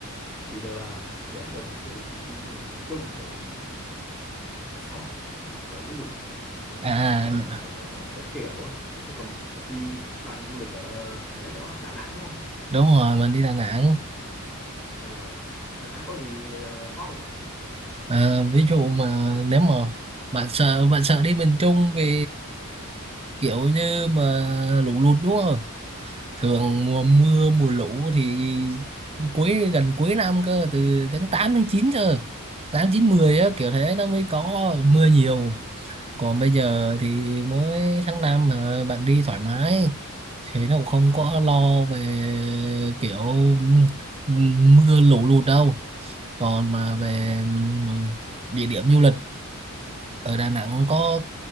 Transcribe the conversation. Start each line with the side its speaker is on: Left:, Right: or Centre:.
Centre: chỉ điều là bé giờ mình chưa được đi, đi du lịch miền Trung bởi vì sợ sợ lũ lụt
Right: à
Centre: sợ
Right: à,
Centre: các kiểu ấy. thế còn đi bạn du lịch ở vừa nãy bạn nói là Đà Nẵng đúng không
Right: đúng rồi, mình đi Đà Nẵng
Centre: ờ. thế Đà Nẵng có gì ờ, hot không bạn
Right: Ờ, ví dụ mà nếu mà bạn sợ bạn sợ đi miền Trung vì kiểu như mà lũ lụt đúng không? Thường mùa
Centre: ừ.
Right: mưa mùa lũ thì cuối gần cuối năm cơ từ tháng 8 tháng 9 cơ. tám chín
Centre: à
Right: mười á kiểu thế nó mới có mưa nhiều. Còn bây giờ thì mới tháng 5 mà bạn đi thoải mái thì nó cũng không
Centre: à
Right: có lo về kiểu ừm, mưa lũ lụt đâu. Còn mà về ừm, địa điểm du lịch ở Đà Nẵng có